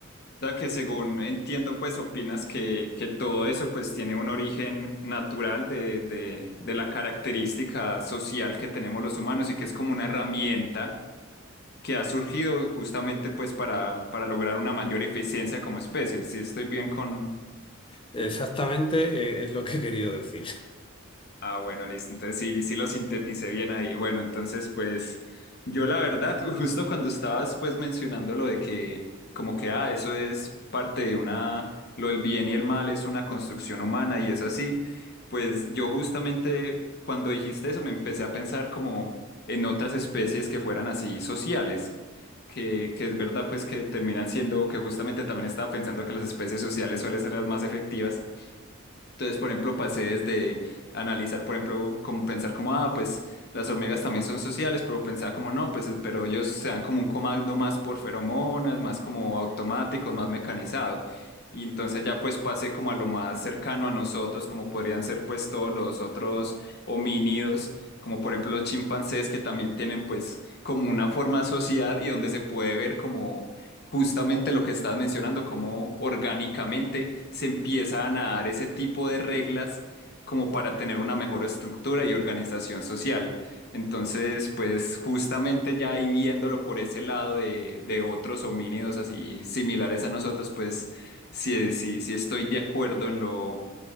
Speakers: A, on the left (about 50°); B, on the left (about 25°).
A: Ya que según entiendo, pues opinas que, que todo eso pues tiene un origen natural de, de, de la característica social que tenemos los humanos y que es como una herramienta que ha surgido justamente pues para, para lograr una mayor eficiencia como especie. Si estoy bien con,
B: Exactamente, eh, es lo que he querido decir.
A: Ah, bueno, listo. Entonces sí, sí lo sinteticé bien ahí. Bueno, entonces pues yo la verdad, justo cuando estabas pues mencionando lo de que como que, ah, eso es parte de una, lo del bien y el mal es una construcción humana y es así, pues yo justamente cuando dijiste eso me empecé a pensar como en otras especies que fueran así sociales, que, que es verdad pues que terminan siendo, que justamente también estaba pensando que las especies sociales suelen ser las más efectivas entonces, por ejemplo, pasé desde analizar, por ejemplo, como pensar como, ah, pues las hormigas también son sociales, pero pensaba como, no, pues, eh, pero ellos se dan como un comando más por feromonas, más como automático, más mecanizado. Y entonces ya pues pasé como a lo más cercano a nosotros, como podrían ser pues todos los otros homínidos, como por ejemplo los chimpancés que también tienen pues como una forma de sociedad y donde se puede ver como justamente lo que estás mencionando, cómo orgánicamente se empiezan a dar ese tipo de reglas como para tener una mejor estructura y organización social. Entonces, pues justamente ya ahí viéndolo por ese lado de, de otros homínidos así similares a nosotros, pues sí, sí, sí estoy de acuerdo en lo,